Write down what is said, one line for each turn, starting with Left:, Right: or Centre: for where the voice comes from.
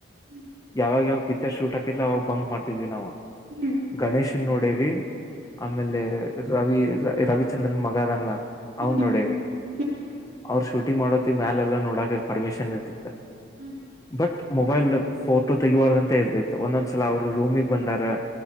Right: ಹ್ಮ್
Left: ಯಾವಾಗ ಯಾವಾಗ ಪಿಕ್ಚರ್ ಶೂಟ್ ಹಾಕಿತ್ತುಲ ಅವಾಗ ಬಂಕ್ ಮಾಡ್ತಿದ್ವಿ ನಾವು
Right: ಹ್ಮ್
Left: ಗಣೇಶನೋಡವಿ ಆಮೇಲೆ ರವಿ ರವಿಚಂದ್ರನ್ ಮಗ ಅದಲ್ಲ
Right: ಹ್ಮ್
Left: ಅವನ್ ನೋಡೇ
Right: ಹ್ಮ್
Left: ಅವ್ರ ಶೂಟಿಂಗ್ ಮಾಡೋತಿ ಮ್ಯಾಲ ಎಲ್ಲ ನೋಡಕ ಪರ್ಮಿಶನ್ ಇರ್ತಿತ್ತ
Right: ಹ್ಮ್
Left: ಬಟ್ ಮೊಬೈಲ್ ಫೋಟೋ ತಗಿಬಾರಂತ ಇರ್ದೈತ್ತು ಒಂದೊಂದ್ ಸಲ ಅವರು ರೂಮಿಗೆ ಬಂದಾಗ ಸ